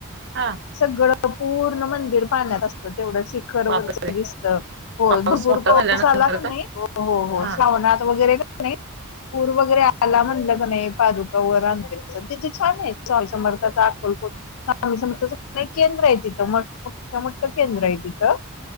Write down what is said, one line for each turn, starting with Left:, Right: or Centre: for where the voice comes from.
Right: हा
Left: सगळ पूर्ण मंदिर पाहण्यात असत तेवढं शिखर
Right: बापरे
Left: वरच दिसत
Right: पाऊस
Left: भपूर
Right: मोठा
Left: पाऊस
Right: झाल्यानंतर
Left: आला कि नाही
Right: का
Left: मग हो हो
Right: हा
Left: श्रवणात वैगरे नाही पूर वगैरे आला म्हणलं का नाही पादुका वर आणतात तिथे छान आहे स्वामी समर्थाचा अकोलकोट स्वामी समर्थाच केंद्र आहे तिथं मोठ केंद्र आहे तिथं